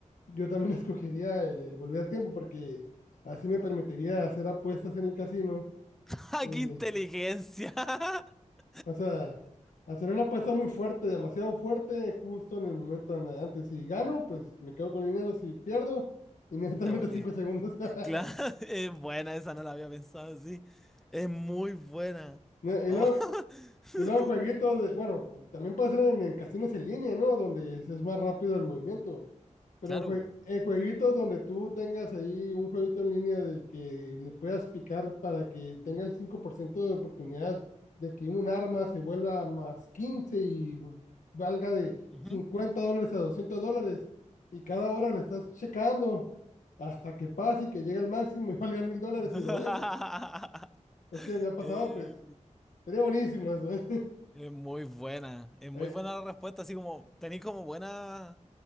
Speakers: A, on the left; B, in the centre.
A: yo también <laughs> escogería el, el volver tiempo porque así me permitiría hacer apuestas en el casino.
B: <laughs> ¡Ja!
A: Eh,
B: ¡Qué inteligencia! <laughs>
A: o sea, hacer una apuesta muy fuerte, demasiado fuerte, justo en el momento an- antes. Si gano, pues me quedo con el dinero. Si pierdo, inmediatamente
B: Te volví.
A: cinco segundos. <laughs>
B: Claro, <laughs> es buena, esa no la había pensado así. Es muy buena.
A: No, y
B: Oh.
A: luego,
B: <laughs>
A: Y luego jueguitos de, bueno, también puede ser en, en casinos en línea, ¿no? Donde es, es más rápido el movimiento. Pero
B: Claro.
A: en, jue- en jueguitos donde tú tengas ahí un jueguito en línea del que le puedas picar para que tenga el 5% de oportunidad de que un arma se vuelva más 15 y v- valga de
B: Ujú.
A: 50 dólares a 200 dólares. Y cada hora le estás checando hasta que pase y que llegue al máximo y <laughs> valga mil dólares
B: <laughs>
A: y lo vendes. Es que me ha pasado,
B: Eh,
A: pues, sería buenísimo eso, ¿eh?
B: Es muy buena, es muy
A: <laughs>
B: buena la respuesta, así como tenéis como buena,